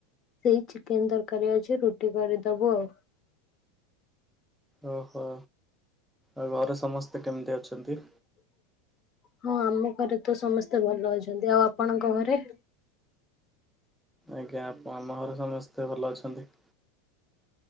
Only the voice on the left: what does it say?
ସେଇ ଚିକେନ ତରକାରୀ ଅଛି ରୁଟି କରିଦେବୁ ଆଉ।
ହଁ ଆମ ଘରେ ତ ସମସ୍ତେ ଭଲ ଅଛନ୍ତି ଆଉ ଆପଣଙ୍କ ଘରେ।